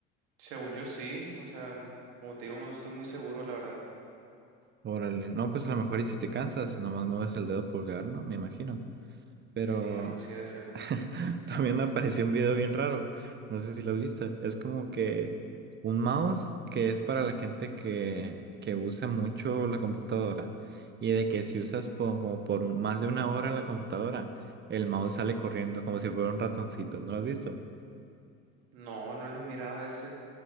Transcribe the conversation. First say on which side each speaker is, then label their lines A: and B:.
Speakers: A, on the right; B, on the right.
A: Según yo sí, o sea, como te digo, no estoy muy seguro, la verdad.
B: Órale, no, pues a lo mejor y si te cansas, nomás mueves el dedo pulgar, ¿no? Me imagino. Pero
A: Sí, algo así de ser.
B: <laughs> También me apareció un video bien raro, no sé si lo has visto, es como que un mouse que es para la gente que, que usa mucho la computadora y de que si usas po- como por un- más de una hora la computadora, el mouse sale corriendo como si fuera un ratoncito, ¿no lo has visto?
A: No, no lo he mirado ese.